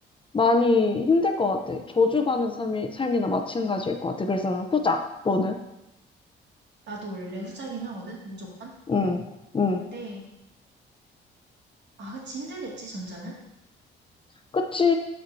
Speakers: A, on the left; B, on the right.
A: 많이 힘들 것 같아. 저주받는 삶이, 삶이나 마찬가지일 것 같아. 그래서 난 후자, 너는?
B: 나도 원래 후자긴 하거든? 무조건?
A: 응. 응.
B: 근데, 아, 그치. 힘들겠지, 전자는?
A: 그치.